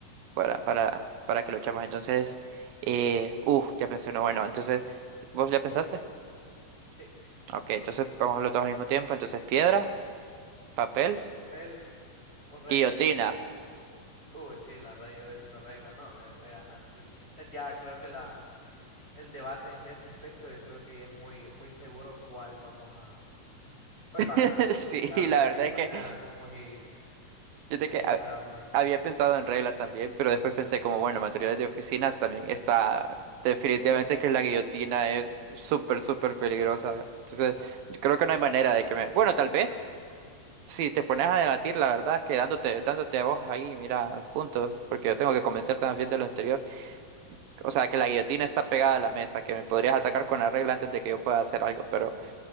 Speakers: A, on the right; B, on the left.
A: para, para, para que lo echamos. Entonces, eh, uh, ya pensé uno, bueno, entonces, ¿vos ya pensaste?
B: Sí,
A: Ok, entonces vamos a hacerlo todos al mismo tiempo. Entonces, piedra, papel,
B: papel o regla.
A: guillotina.
B: Uy, sí, la verdad, yo diciendo regla, no, me, me gana. Ya ya creo que la, el debate en ese aspecto, yo creo que es muy, muy seguro cuál vamos a, cuál
A: <laughs>
B: va a ganar.
A: Sí,
B: La verdad
A: la
B: es
A: verdad
B: que es,
A: es
B: un-
A: que
B: es algo muy,
A: yo de
B: muy
A: que
B: insuperable.
A: ha- había pensado en regla también, pero después pensé como, bueno, materiales de oficinas también está definitivamente que la guillotina es súper, súper peligrosa. Entonces, creo que no hay manera de que me... Bueno, tal vez. Si te pones a debatir, la verdad es que dándote, dándote a vos ahí, mira, puntos, porque yo tengo que convencer también de lo anterior. O sea, que la guillotina está pegada a la mesa, que me podrías atacar con la regla antes de que yo pueda hacer algo, pero,